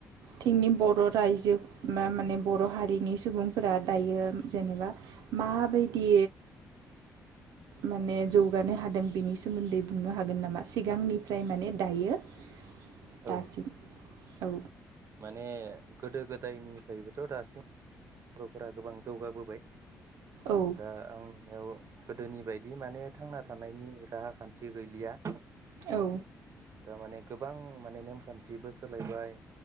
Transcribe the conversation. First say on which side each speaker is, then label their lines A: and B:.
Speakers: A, on the right; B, on the right.
A: थिंनि बर' रायजोब मा माने बर' हारिनि सुबुंफोरा दायो, जेनेबा माबायदि माने जौगानो हादों बिनि सोमोन्दै बुंनो हागोन नामा सिगांनिफ्राय माने दायो? दासिम
B: औ
A: औ।
B: माने गोदो गोदायनिफ्रायबोथ दासिम बरफोरा गोबां जौगाबोबाय।
A: औ।
B: दा आं नुनायाव गोदोनि बायदि माने थांना थानायनि राहा खान्थि गैलिया।
A: औ।
B: दामाने गोबां माने नेमखान्थिबो सोलायबाय